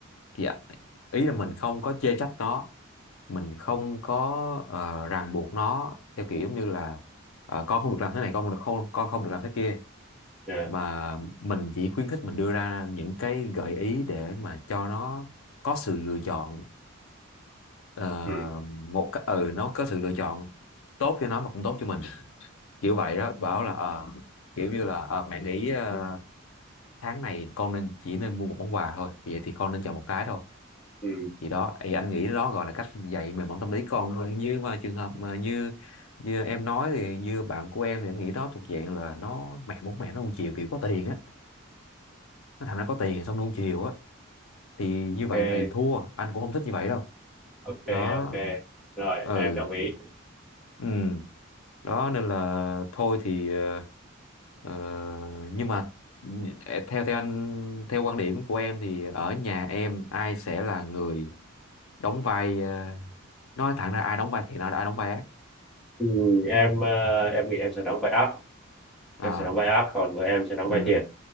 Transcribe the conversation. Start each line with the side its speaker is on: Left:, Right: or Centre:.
Left: thì ý là mình không có chê trách nó mình không có ờ, ràng buộc nó theo kiểu như là ờ, con không được làm thế này con không được không con không được làm thế kia
Centre: dạ,
Left: mà mình chỉ khuyến khích mình đưa ra những cái gợi ý để mà cho nó có sự lựa chọn ờ,
Centre: ừ,
Left: một cái ừ nó có sự lựa chọn tốt cho nó mà cũng tốt cho mình kiểu vậy đó bảo là ờ, kiểu như là ờ, mẹ nghĩ ờ, tháng này con nên chỉ nên mua một món quà thôi vậy thì con nên chọn một cái thôi
Centre: ừ,
Left: thì đó thì anh nghĩ đó gọi là cách dạy mềm mỏng tâm lý con thôi như mà trường hợp mà như như em nói thì như bạn của em thì em nghĩ đó thuộc dạng là nó mẹ muốn mẹ nó nuông chiều kiểu có tiền á nó thằng nó có tiền xong nuông chiều á thì như vậy
Centre: ok
Left: thì thua anh cũng không thích như vậy đâu
Centre: ok
Left: đó
Centre: ok rồi
Left: ừ
Centre: em đồng ý
Left: ừ đó nên là thôi thì ờ, ờ, nhưng mà theo theo anh theo quan điểm của em thì ở nhà em ai sẽ là người đóng vai ờ, nói thẳng ra ai đóng vai thiện ai ai đóng vai ác
Centre: ừ, em ờ, em nghĩ em sẽ đóng vai ác em
Left: à
Centre: sẽ đóng vai áp còn vợ em sẽ đóng vai
Left: ừ
Centre: thiệt